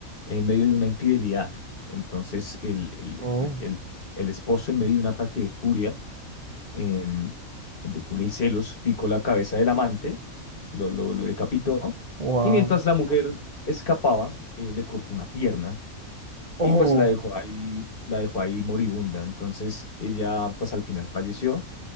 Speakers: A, on the left; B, on the right.
A: en medio de una infidelidad. Entonces, el, el,
B: Oh,
A: el, el- el esposo, en medio de un ataque de furia, em, de furia y celos, picó la cabeza del amante lo, lo, lo decapitó.
B: wow.
A: Y mientras la mujer escapaba, eh, le cortó una pierna
B: Oh.
A: y pues la dejó ahí, la dejó ahí moribunda. Entonces ella pues al final falleció.